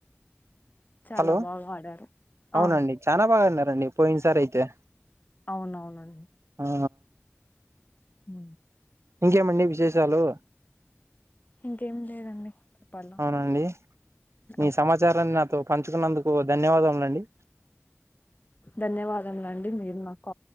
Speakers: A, on the left; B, on the right.
A: చాలా
B: హలో
A: బాగా ఆడారు
B: అవునండి
A: ఆ
B: చానా బాగా ఆన్నారండి పోయిన సారైతే
A: అవునవునండి
B: ఆ
A: హ
B: ఇంకేమండి విశేషాలు
A: ఇంకేం లేదండి చెప్పాలా
B: అవునా అండి మీ
A: ఓకే,
B: సమాచారాన్ని నాతో పంచుకున్నందుకు ధన్యవాదములు అండి
A: ధన్యవాదములండి మీరు మా